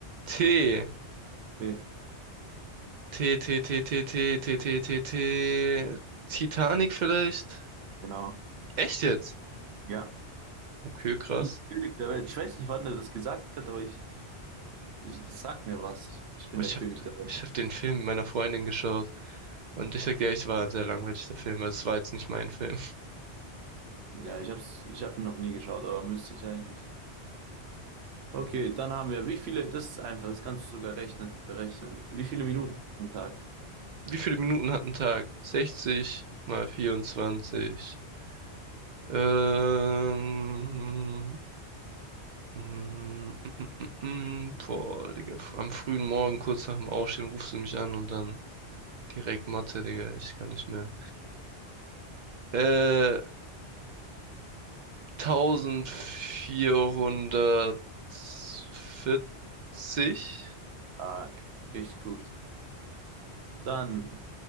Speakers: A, on the right (about 50°); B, on the right (about 70°).
A: T.
B: T.
A: T, T, T, T, T, T, T, T, T. Titanic vielleicht?
B: Genau.
A: Echt jetzt?
B: Ja.
A: Okay, krass.
B: Ich bin der König der Welt. Ich weiß nicht, wann er das gesagt hat, aber ich, ich das sagt mir was. Ich bin
A: Aber Ich
B: der König
A: hab,
B: der Welt.
A: ich hab den Film mit meiner Freundin geschaut. Und ich sag dir, echt, war ein sehr langweilig, der Film. Also es war jetzt nicht mein Film.
B: Ja, ich hab's, ich hab ihn noch nie geschaut, aber müsste ich eigentlich. Okay, dann haben wir, wie viele, das ist einfach, das kannst du sogar rechnen, berechnen. Wie viele Minuten hast du am Tag?
A: <laughs> Wie viele Minuten hat ein Tag? 60 mal 24. Ähm, Mm, mm, mm, mm. mm. Boah, Digga. Am frühen Morgen, kurz nach dem Aufstehen, rufst du mich an und dann direkt Mathe, Digga. Ich kann nicht mehr. Äh, 1440?
B: Tag, richtig gut. Dann,